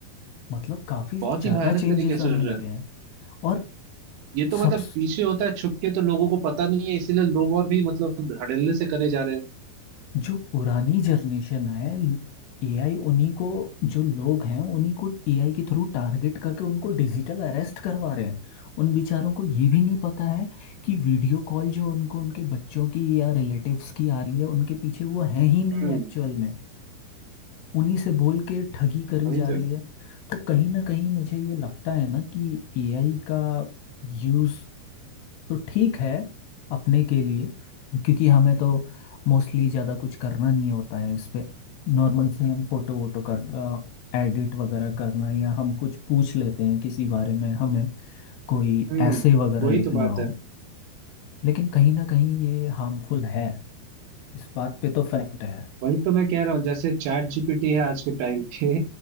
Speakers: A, on the left; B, on the right.
A: मतलब काफी
B: बहुत
A: ज्यादा
B: ही भयानक
A: चेंजेस
B: तरीके से
A: आने
B: हो
A: लगे
B: रहा है
A: हैं और
B: ये तो मतलब
A: सब
B: पीछे होता है छुप के तो लोगों को पता नहीं है इसीलिए लोग और भी मतलब धड़ल्ले से करे जा रहे हैं
A: जो पुरानी जनरेशन है एआई उन्हीं को जो लोग हैं उन्हीं को एआई के थ्रू टारगेट करके उनको डिजिटल अरेस्ट करवा रहे हैं उन बेचारों को ये भी नहीं पता है कि वीडियो कॉल जो उनको उनके बच्चों की या रिलेटिव्स की आ रही है उनके पीछे वो है ही नहीं
B: हम्म
A: एक्चुअल में उन्हीं से बोल के ठगी करी
B: वही
A: जा
B: तो
A: रही है तो कहीं ना कहीं मुझे ये लगता है ना कि एआई का यूज़ तो ठीक है अपने के लिए क्योंकि हमें तो मोस्टली ज़्यादा कुछ करना नहीं होता है इस पे नॉर्मल से हम फोटो वोटो कर एडिट वगैरह करना या हम कुछ पूछ लेते हैं किसी बारे में हमें कोई
B: हम्म
A: ऐसे वगैरह
B: वही
A: लिखना
B: तो बात
A: हो
B: है
A: लेकिन कहीं ना कहीं ये हार्मफुल है इस बात पे तो फैक्ट है
B: वही तो मैं कह रहा हूँ जैसे चैट जीपीटी है आज के टाइम पे